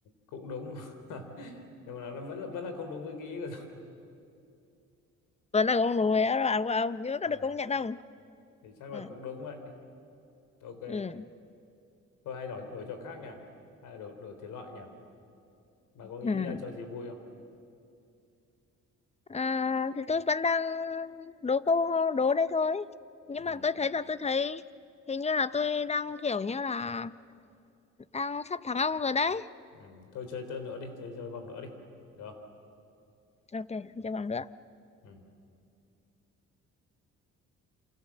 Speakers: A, on the left (about 85°); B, on the left (about 20°).
A: cũng đúng <laughs> nhưng mà nó vẫn là, vẫn là không đúng với cái ý của tôi
B: vẫn là con đùi đó bạn của ông nhưng mà có
A: ừ.
B: được công nhận không
A: thì chắc
B: ừ.
A: là cũng đúng vậy ok
B: Ừ.
A: tôi hay đổi đổi cho khác nhỉ hay là đổi đổi thể loại nhỉ bà có nghĩ
B: Ừ.
A: ra cho gì vui không
B: À, thì tôi vẫn đang đố câu đố đây thôi nhưng
A: ừ.
B: mà tôi thấy là tôi thấy hình như là tôi đang kiểu như là đang sắp thắng ông rồi đấy
A: Ừ. thôi chơi tên nữa đi chơi chơi vòng nữa đi được không
B: ok cho bằng nữa
A: ừ.